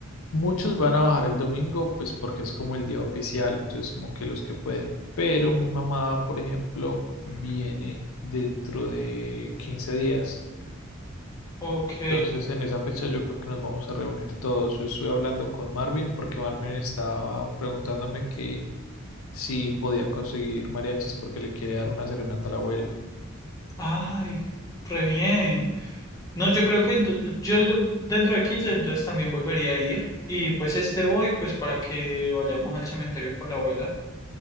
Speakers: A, on the left; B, on the left.
A: Muchos van a bajar el domingo pues porque es como el día oficial, entonces como que los que pueden, pero mi mamá, por ejemplo, viene dentro de 15 días.
B: Ok,
A: Entonces, en esa fecha yo creo que nos vamos a reunir todos. Yo estuve hablando con Marvin porque Marvin estaba preguntándome que si podía conseguir mariachis porque le quiere dar una serenata a la abuela.
B: ay, re bien. No, yo creo que ento- yo el do- dentro de 15 entonces también volvería a ir. Y pues este voy pues para que vayamos al cementerio con la abuela.